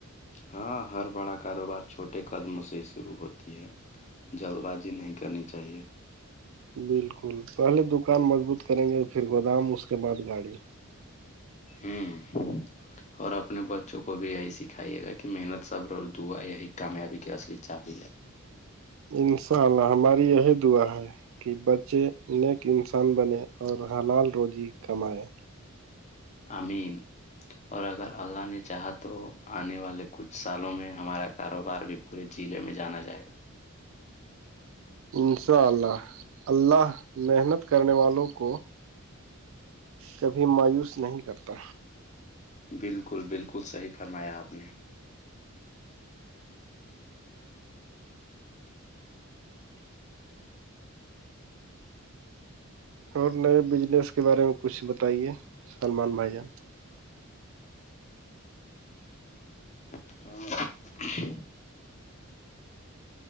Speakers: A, on the left; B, on the right.
A: ہاں ہر بڑا کاروبار چھوٹے قدم سے ہی شروع ہوتی ہے جلد بازی نہیں کرنی چاہیے
B: بالکل پہلے دکان مضبوط کریں گے پھر گودام اس کے بعد گاڑی
A: ہوں
B: <inaudible>
A: <unintelligible> اور اپنے بچوں کو بھی یہی سکھائیے گا کہ محنت صبر اور دعا یہی کامیابی کے اصلی چاپی جائے
B: انشاء اللہ ہماری یہی دعا ہے کہ بچے نیک انسان بنے اور حلال روزی کمائے
A: امین اور اگر اللہ نے چاہا تو آنے والے کچھ سالوں میں ہمارا کاروبار بھی پورے ضلعے میں جانا جائے گا
B: انشاء اللہ اللہ محنت کرنے والوں کو کبھی مایوس نہیں کرتا
A: بالکل بالکل صحیح فرمایا آپ نے
B: اور نئے بزنس کے بارے میں کچھ بتائیے سلمان بھائی جان
A: ہ <unintelligible>